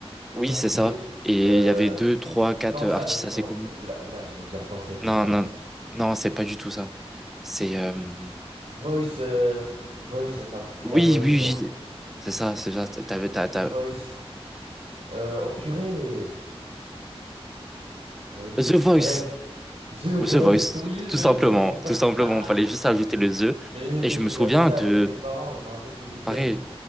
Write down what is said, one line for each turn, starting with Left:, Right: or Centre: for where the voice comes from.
Right: Attends,
Centre: Oui, c'est
Right: c'est...
Centre: ça. Et
Right: euh,
Centre: il y avait deux, trois, quatre
Right: Danse
Centre: euh, artistes
Right: avec...
Centre: assez
Right: Non,
Centre: connus.
Right: oula, oula, j'allais le dire Danse avec
Centre: Non,
Right: les stars,
Centre: non,
Right: pas du tout.
Centre: non, c'est pas du tout ça. C'est
Right: C'est...
Centre: euh,
Right: Voice, euh, Voice, ça, ça- il
Centre: oui,
Right: y a Voice
Centre: oui,
Right: dedans.
Centre: oui. C'est ça, c'est ça. T'avais, t'as, t'as-
Right: Voice, euh, oh purée, Voice.
Centre: The Voice.
Right: Bref, The Voice,
Centre: The Voice,
Right: oui,
Centre: tout
Right: The
Centre: simplement,
Right: Voice. <laughs>
Centre: tout simplement, fallait juste ajouter le The.
Right: Mais,
Centre: Et
Right: mais
Centre: je
Right: je
Centre: me
Right: regardais
Centre: souviens
Right: ça
Centre: de,
Right: avec mes parents, je me rappelle tous les week-ends.
Centre: pareil,